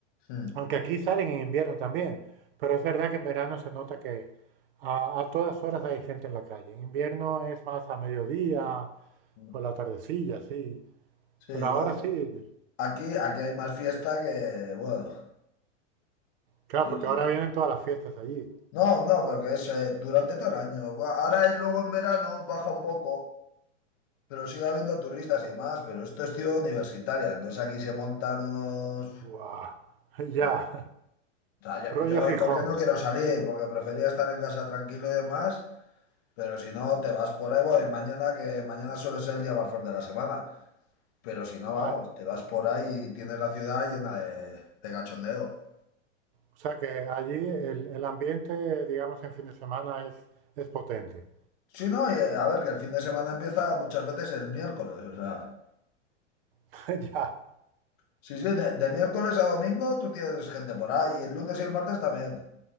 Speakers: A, on the left; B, on the right.
A: Mm.
B: aunque aquí salen en invierno también, pero es verdad que en verano se nota que a, a todas horas hay gente en la calle. En invierno es más a mediodía,
A: mm.
B: por la tardecilla, sí,
A: Sí,
B: pero ahora
A: no,
B: sí.
A: aquí, aquí hay más fiesta que, bueno,
B: Claro,
A: sí,
B: porque
A: sí.
B: ahora vienen todas las fiestas allí.
A: No, no, pero que es eh, durante todo el año. Bueno, Ahora y luego en verano baja un poco. Pero sigue habiendo turistas y demás, pero esto es ciudad universitaria, entonces aquí se montan unos...
B: ¡Guau! <laughs> Ya,
A: eh, O sea, yo,
B: rollo
A: yo,
B: Gijón.
A: ¿y ¿por qué no quiero salir? Porque prefería estar en casa tranquilo y demás, pero si no, te vas por ahí, bueno, y mañana que mañana suele ser el día más fuerte de la semana, pero si no, vamos,
B: Ah,
A: te vas por ahí y tienes la ciudad llena de, de cachondeo.
B: o sea que allí el, el ambiente, digamos, en fin de semana es, es potente.
A: Sí, no, y, eh, a ver, que el fin de semana empieza muchas veces el miércoles, o sea,
B: <laughs> Ya,
A: sí, sí, de, de miércoles a domingo tú tienes gente por ahí, y el lunes y el martes también.